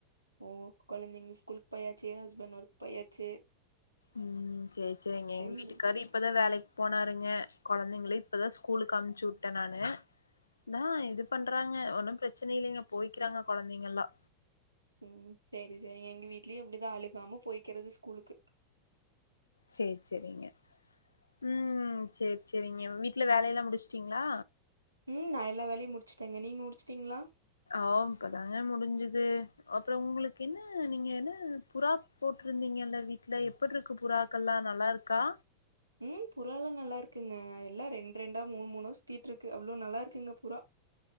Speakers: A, on the right; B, on the left.
A: ஓ கொழந்தைங்க ஸ்கூலு போயாச்சு ஹஸ்பண்ட் ஒர்க் பொயாச்சு
B: ம் செர் செரி எங்க வீட்டு
A: முடிஞ்சு
B: கறி இப்போ தா வேலைக்கு போனாருங்க குழந்தைங்கள இப்போ தா ஸ்கூலுக்கு அமுச்சு வுட்டே நானு தா இது பண்றாங்க ஒன்னு பிரச்சன இல்லங்க போய்க்கிறாங்க கொழந்தைங்க ல
A: ம் செரி செரிங்க எங்க வீட்லயு இப்டிதா அழுகாம போய்கிறது ஸ்கூலுக்கு
B: சேர் செரிங்க ம் சேர் செரிங்க வீட்ல வேலையெல்லா முடிச்சுட்டீங்களா
A: ம் நா எல்லா வேலையு முடிச்சுட்டேங்க நீங்க முடிச்சுட்டீங்களா
B: ஓம் இப்பதாங்க முடிஞ்சுது அப்றோம் உங்களுக்கு என்ன நீங்க என்ன புறா போட்டிருந்தீங்கல்ல வீட்ல எப் பட்றுக்கு புறாக்கள்ல்லா நல்லாருக்கா
A: ம் புறால்லா நல்லா இருக்குங்க எல்லா ரெண்டு ரெண்டா மூணு மூணு சுத்தீட்ருக்கு அவ்ளோ நல்லா இருக்குங்க புறா